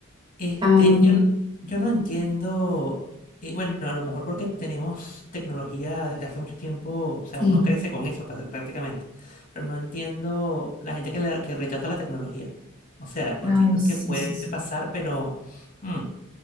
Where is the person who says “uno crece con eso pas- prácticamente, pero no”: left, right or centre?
Left